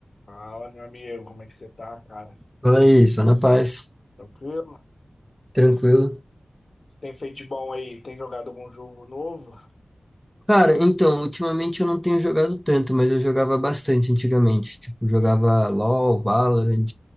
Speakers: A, on the left (about 55°); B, in the centre.
A: Fala, meu amigo, como é que você tá, cara?
B: Fala aí, só na paz,
A: Tranquilo?
B: tranquilo.
A: Você tem feito de bom aí? Tem jogado algum jogo novo?
B: Cara, então, ultimamente eu não tenho jogado tanto, mas eu jogava bastante antigamente. Tipo, jogava LoL, Valorant.